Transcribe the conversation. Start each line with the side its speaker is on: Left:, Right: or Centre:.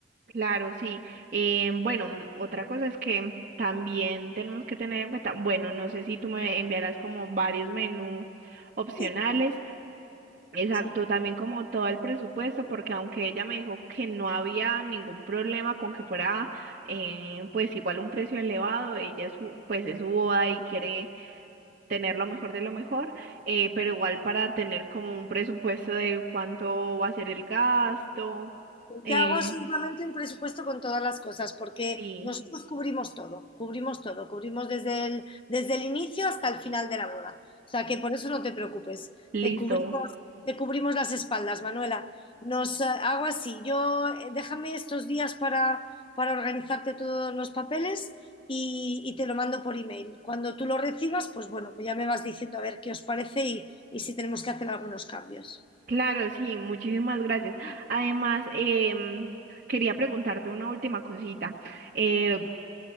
Right: Claro, sí. Eh, bueno, m- otra cosa es que también tenemos que tener en cuenta, bueno, no sé si tú me enviarás como varios menús opcionales.
Left: Sí,
Right: Exacto,
Left: sí.
Right: también como todo el presupuesto, porque aunque ella me dijo que no había ningún problema con que fuera, eh, pues igual un precio elevado, ella es su- pues es su boda y quiere tener lo mejor de lo mejor, eh, pero igual para tener como un presupuesto de cuánto va a ser el gasto.
Left: Yo
Right: Eh,
Left: hago absolutamente un presupuesto con todas las cosas, porque
Right: sí,
Left: nosotros cubrimos todo, cubrimos todo, cubrimos desde el, desde el inicio hasta el final de la boda. O sea que por eso no te preocupes,
Right: listo.
Left: te cubrimos, te cubrimos las espaldas, Manuela. Nos eh, hago así, yo eh, déjame estos días para, para organizarte todos los papeles y, y te lo mando por email. Cuando tú lo recibas, pues bueno, pues ya me vas diciendo a ver qué os parece y, y si tenemos que hacer algunos cambios.
Right: Claro, sí, muchísimas gracias. Además, em, quería preguntarte una última cosita. Eh,